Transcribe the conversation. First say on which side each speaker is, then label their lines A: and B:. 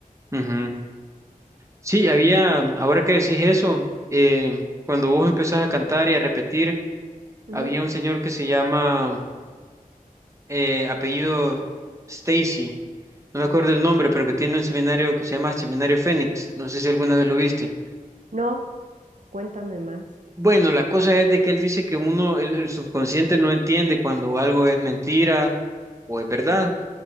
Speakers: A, on the right (about 20°); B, on the right (about 60°).
A: Ujú, ujú. Sí, había, ahora que decís eso, eh, cuando vos empezás a cantar y a repetir,
B: Ujú,
A: había un señor que se llama eh, apellido Stacy, no me acuerdo el nombre, pero que tiene un seminario que se llama Seminario Fénix, no sé si alguna vez lo viste.
B: No, cuéntame más.
A: Bueno, la cosa es de que él dice que uno, el, el subconsciente no entiende cuando algo es mentira o es verdad.
B: ujú,